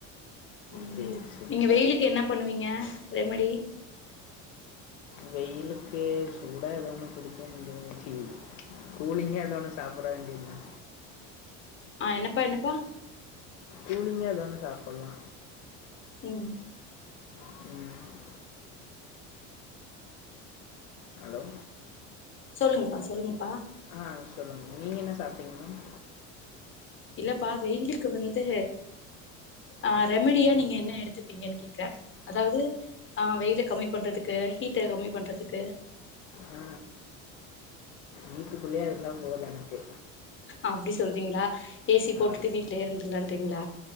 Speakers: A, on the left; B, on the left.
A: ம்
B: சரி சரி
A: நீங்க வெயிலுக்கு என்ன பண்ணுவீங்க ரெமடி
B: வெயிலுக்கு சூடா ஏதோ ஒண்ணு குடிக்க வேண்டியதுதா ச்சி கூலிங்கா ஏதோ ஒன்னு சாப்ட வேண்டியதா
A: அ என்னப்பா என்னப்பா
B: கூலிங்கா எதோ ஒன்னு சாப்லா
A: ம்
B: ம் அலோ
A: சொல்லுங்கப்பா சொல்லுங்கப்பா
B: ஆ சொல்லுங்க நீங்க என்ன சாப்டீங்க மேம்
A: இல்லப்பா வெயிலுக்கு வந்து ஆ ரெமடியா நீங்க என்ன எடுத்துப்பீங்கன்னு கேக்குறே அதாவது ஆ வெயில கம்மி பண்றதுக்கு கீட்ட கம்மி பண்றதுக்கு
B: ஆ வீட்டுக்குள்ளேயே இருந்தா போது எனக்கு
A: அப்டி சொல்றீங்களா ஏசி
B: ஆ
A: போட்டுட்டு வீட்லயே இருந்துட்லாறீங்களா